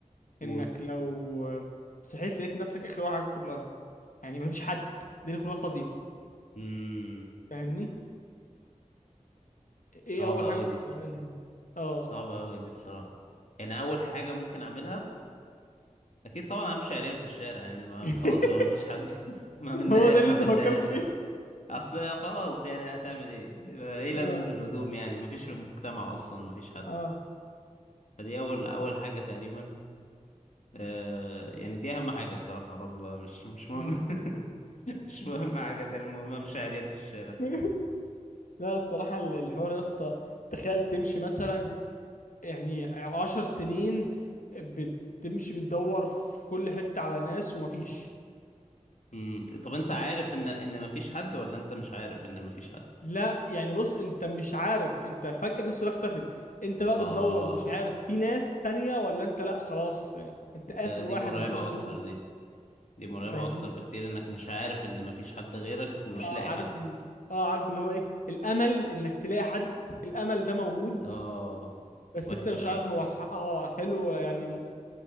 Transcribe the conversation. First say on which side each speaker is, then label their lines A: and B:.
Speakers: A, on the left; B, on the left.
A: قول
B: انك لو صحيت لقيت نفسك اخر واحد على كوكب الارض يعني مفيش حد الدنيا كلها فاضية
A: مم.
B: فاهمني
A: صعبة
B: ايه اول حاجة
A: أوي
B: ممكن
A: دي
B: تعملها اه
A: صعبة أوي دي الصراحة يعني أول حاجة ممكن أعملها أكيد طبعا همشي عريان في الشارع يعني ما
B: <laughs>
A: خلاص بقى مفيش حد <laughs> ما منها
B: هو ده اللي
A: ما
B: انت
A: بدهاش
B: فكرت فيه
A: اصل خلاص يعني هتعمل ايه ايه لازمة
B: اه
A: الهدوم يعني مفيش مجتمع اصلا مفيش حد
B: اه
A: فدي اول اول حاجة تقريبا آه يعني دي اهم حاجة الصراحة خلاص بقى مش مش
B: مم.
A: مهم <laughs> مش مهم حاجة تانية المهم مش عريان في الشارع
B: <laughs> لا الصراحة ال- الحوار يا اسطى تخيل تمشي مثلا يعني عشر سنين بتمشي بتدور في كل حتة على ناس ومفيش
A: مم. طب انت
B: ال-
A: عارف ان ان مفيش حد ولا انت مش عارف ان مفيش حد
B: لا يعني بص انت مش عارف انت فجأة الناس كلها اختفت انت بقى
A: اه
B: بتدور مش عارف في ناس تانية ولا انت لا خلاص يعني انت
A: ده
B: آخر
A: دي
B: واحد
A: مرعبة
B: والباشا كلهم
A: اكتر دي دي مرعبة
B: فاهمني
A: اكتر بكتير انك مش عارف ان مفيش حد غيرك ومش
B: اه
A: لاقي
B: عارف
A: حد
B: ال... اه عارف اللي هو ايه الأمل انك تلاقي حد الأمل ده موجود
A: اه
B: بس
A: وحش
B: انت مش
A: قوي
B: عارف
A: الصراحة
B: هو ح... اه حلو يعني ال-